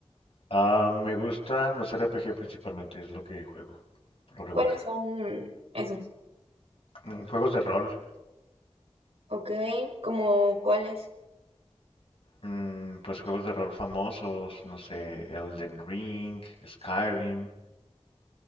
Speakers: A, on the left; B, on the right.
A: Ah, me gustan los RPG principalmente, es lo que juego, por lo regular.
B: ¿Cuáles son esos?
A: Mm, juegos de rol,
B: Ok, ¿como cuáles?
A: mm, pues juegos de rol famosos, no sé, Elden Ring, Skyrim,